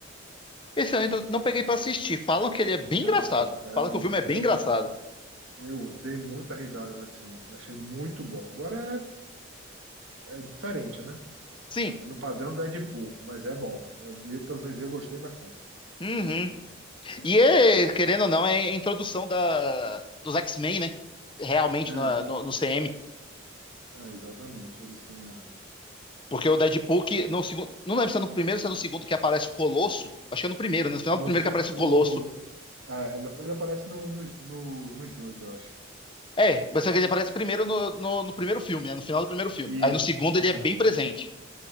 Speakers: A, on the left (about 25°); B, on the right (about 80°).
A: Esse eu ainda não peguei pra assistir. Falam que ele é bem
B: Cara,
A: engraçado.
B: velho,
A: Falam que o filme é bem
B: eu,
A: engraçado.
B: eu dei muita risada nesse filme. Eu Achei muito bom. Agora é, é diferente, né?
A: Sim.
B: É no padrão da Deadpool, mas é bom. Eu, eu, pelo menos eu gostei bastante.
A: Uhum. E é, querendo ou não, é a introdução da, dos X-Men, né? Realmente
B: É,
A: na- no, no CM.
B: é, exatamente. Eles têm a,
A: Porque o Deadpool, que no segundo, não lembro se é no primeiro ou se é no segundo que aparece o Colosso. Acho que é no primeiro, né? No final
B: No,
A: do primeiro
B: ci-
A: que aparece
B: no,
A: o Colosso.
B: é, ele, ele aparece no, nos no- nos dois, eu acho.
A: É, você que ele aparece primeiro no, no, no primeiro filme, né? No final do primeiro filme.
B: Isso.
A: Aí no segundo ele
B: Ah,
A: é bem presente.